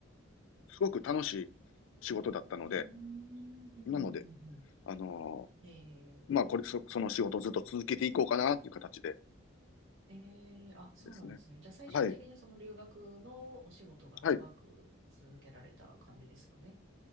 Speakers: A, on the left; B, on the right.
A: すごく楽しい仕事だったので、
B: うーん、うん、うん、
A: なので、
B: うん。うん
A: あの
B: ええ、
A: ーまあ、これ、そ、その仕事をずっと続けていこうかなっていう形で
B: ええ、あ、そうなんですね。
A: ですね。
B: じゃあ最終的にその留学のお仕事が長く続けられた感じですかね。
A: はい。はい。